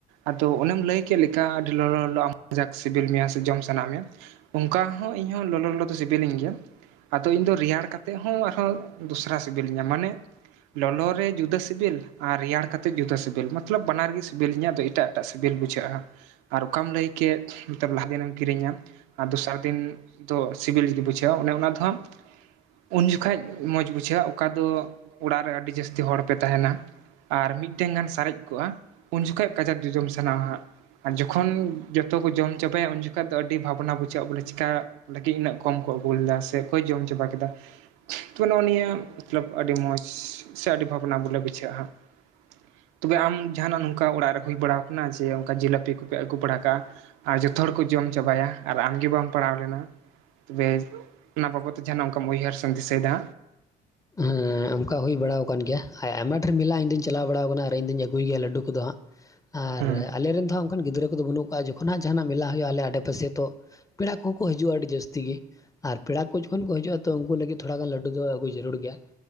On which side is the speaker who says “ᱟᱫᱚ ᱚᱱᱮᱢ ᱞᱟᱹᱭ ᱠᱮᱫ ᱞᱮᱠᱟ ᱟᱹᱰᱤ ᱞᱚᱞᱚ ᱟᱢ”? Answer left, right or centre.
Right